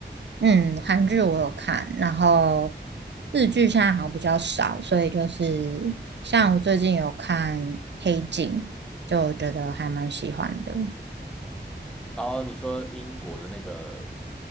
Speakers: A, on the right; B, in the centre.
A: 嗯，韩剧我有看，然后日剧现在好像比较少，所以就是像我最近有看《黑镜》，就觉得还蛮喜欢的。
B: 哦，你说英国的那个